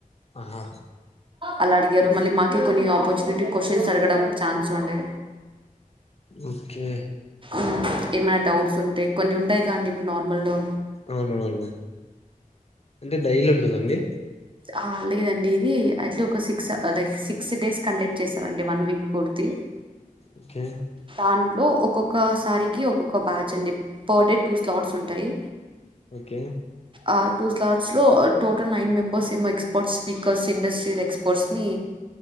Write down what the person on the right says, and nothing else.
అలా అడిగారు మళ్ళీ మాకే కొన్ని ఆపర్చునిటీ క్వశ్చన్స్ అడగడం ఛాన్స్ ఉండే
మ్మ్ ఏమైనా డౌట్స్ ఉంటే కొన్ని ఉంటాయి గా అండి ఇప్పుడు నార్మల్లో
ఆ ప లేదండి ఇది అట్లా ఒక six like six days conduct చేస్తారంండి వన్ వీక్ పూర్తి
తాన్ లో ఒక్కొక్కసారికి ఒక్కొక్క బ్యాచ్ అండి పర్ డే టూ స్లాట్స్ ఉంటాయి
ఆ టూ స్లాట్స్ లో టోటల్ నైన్ మెంబ ఒకసమ ఎక్స్పర్ట్స్ స్పీకర్స్ ఇండస్ట్రియల్ ఎక్స్పర్ట్స్ ని